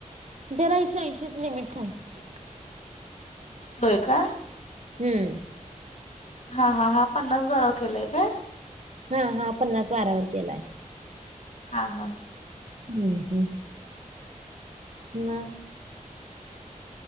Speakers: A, on the right; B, on the left.
A: त्याला एकशे ऐंशीच लिमिट सांगते.
B: होय का?
A: हम्म...
B: हा- हा- हा पन्नास बार केलाय काय?
A: हा- हा पन्नास वारावर केलाय,
B: हा- हा
A: हम्म.. हम्म.. हम <unintelligible>